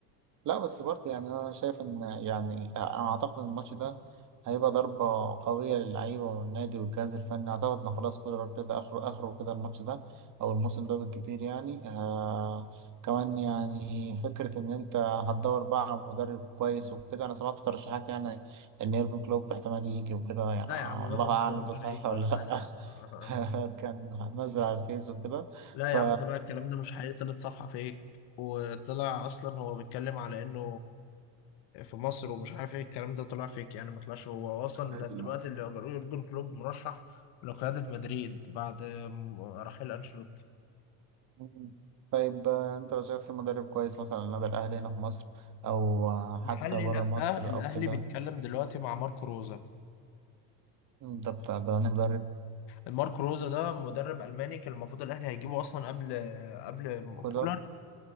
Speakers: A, on the right; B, on the left.
A: لا بس برضه يعني انا شايف ان يعني انا اعتقد ان الماتش ده هيبقى ضربة قوية للعيبة والنادي والجهاز الفني اعتقد ان خلاص كولر كده اخره اخره كده الماتش ده او الموسم ده بالكتير يعني آه كمان يعني فكرة ان انت هتدور بقى على مدرب كويس وكده انا سمعت ترشيحات يعني ان يورجن كلوب احتمال يجي وكده يعني
B: لا يا عم يورجن
A: الله اعلم
B: كلوب
A: ده
B: مش
A: صحيح
B: هيجي
A: ولا
B: ولا
A: لا
B: حاجه
A: <laughs>
B: <laughs>
A: كان نزل على الفيس وكده
B: لا
A: ف
B: يا عم طلع الكلام ده مش حقيقي طلعت صفحه فيك وطلع اصلا هو بيتكلم على انه في مصر ومش عارف ايه الكلام ده طلع فيك يعني ما طلعش هو اصلا
A: آه.
B: دلوقتي اللي يورجن كلوب مرشح لقياده مدريد بعد رحيل انشيلوتي
A: مم. طيب آه، انت لو شايف في مدرب كويس مثلا على النادي الاهلي هنا في مصر او آه،
B: محلي
A: حتى بره
B: لا
A: مصر
B: الاهلي
A: او كده
B: بيتكلم دلوقتي مع ماركو روزا
A: مم، ده بتاع ده أنا مدرب
B: الماركو روزا ده مدرب الماني كان المفروض الاهلي هيجيبه اصلا قبل قبل
A: كولر
B: كولر